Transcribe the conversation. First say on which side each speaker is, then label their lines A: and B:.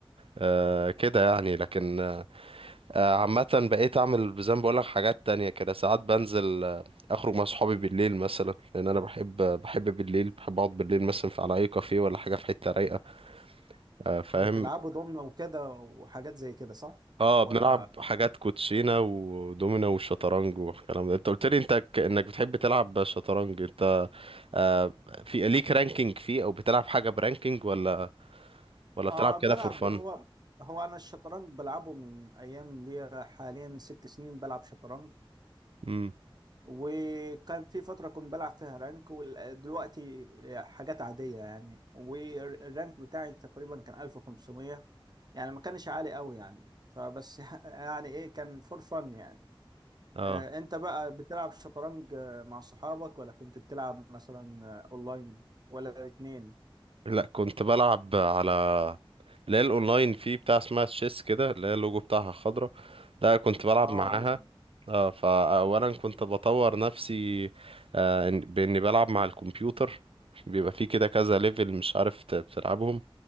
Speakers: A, on the right; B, on the right.
A: آه كده يعني لكن آه عامه بقيت اعمل زي ما بقول لك حاجات تانية كده ساعات بنزل آه، اخرج مع صحابي بالليل مثلا لان انا بحب بحب بالليل بحب اقعد بالليل مثلا في على اي كافيه ولا حاجه في حته رايقه آه فاهم
B: بتلعبه ضمنه وكده وحاجات زي كده صح
A: اه
B: ولا
A: بنلعب حاجات كوتشينه ودومينو والشطرنج والكلام ده انت قلت لي انت ك- انك بتحب تلعب شطرنج انت آه في ليك رانكينج فيه او بتلعب حاجه برانكينج ولا ولا
B: آه
A: بتلعب
B: بلعب
A: كده فور فن
B: هو هو أنا الشطرنج بلعبه من أيام ليا حاليا ست سنين بلعب شطرنج
A: امم
B: وكان في فترة كنت بلعب فيها رانك ودلوقتي حاجات عادية يعني والرانك بتاعي تقريبا كان 1500 يعني ما كانش عالي قوي يعني فبس <laughs> يعني إيه كان فور فن يعني
A: اه
B: آه أنت بقى بتلعب شطرنج آه، مع صحابك ولا كنت بتلعب مثلا آه، أونلاين ولا الاتنين؟
A: لا كنت بلعب على اللي هي الاونلاين فيه بتاع اسمها تشيس كده اللي هي اللوجو بتاعها خضرا ده كنت بلعب
B: اه
A: معاها
B: عارف
A: اه فاولا كنت بطور نفسي آه إن- باني بلعب مع الكمبيوتر بيبقى فيه كده كذا ليفل مش عارف ت- بتلعبهم